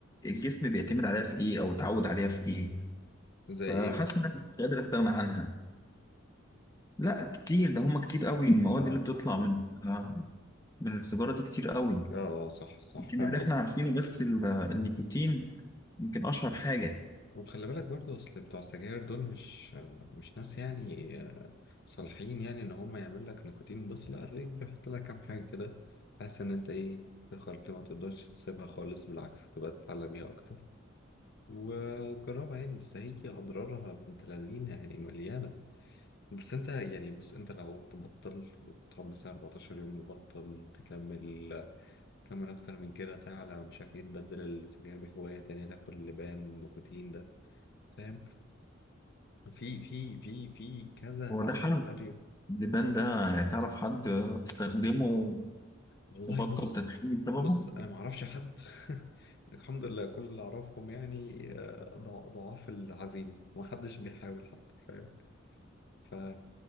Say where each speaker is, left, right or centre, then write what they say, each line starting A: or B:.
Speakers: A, on the left (about 15°); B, on the left (about 55°).
A: الجسم بيعتمد عليها في ايه او اتعود عليها في ايه
B: زي
A: فحاسس
B: إيه مثلا؟
A: ان انا مش قادر استغنى عنها لا كتير ده هما كتير قوي المواد
B: آه
A: اللي بتطلع من آه، من السيجارة دي كتير قوي
B: آه آه، صح صح
A: يمكن
B: فاهم
A: اللي
B: قصدي
A: احنا عارفينه بس ال- آه، النيكوتين يمكن اشهر حاجة
B: وخلي بالك برضو اصل بتوع السجاير دول مش مش ناس يعني آه، صالحين يعني ان هم يعمل لك نيكوتين بس لا هتلاقيك بيحط لك كام حاجه كده بحيث ان انت ايه تخربت ما تقدرش تسيبها خالص بالعكس تبقى تتعلق بيها اكتر وجربها يعني بس هي اضرارها بنت لذينه يعني مليانه بس انت يعني بص انت لو تبطل وتقعد مثلا 14 يوم مبطل تكمل تكمل اكتر من كده تعلى ومش عارف ايه تبدل السجاير بهوايه تانية تاكل لبان نيكوتين ده فاهم في في في في كذا
A: هو ده حل
B: سيناريو
A: الدبان ده تعرف حد استخدمه
B: والله
A: وبطل
B: بص
A: تدخين بسببه
B: بص انا ما اعرفش حد <laughs> الحمد لله كل اللي اعرفهم يعني آه، ضع- ضعاف العزيمه وما حدش بيحاول حتى فاهم ف